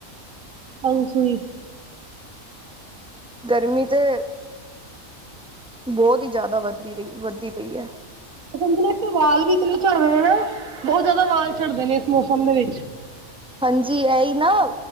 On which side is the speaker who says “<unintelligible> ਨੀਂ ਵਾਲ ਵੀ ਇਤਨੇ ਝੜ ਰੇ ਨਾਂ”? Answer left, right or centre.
Right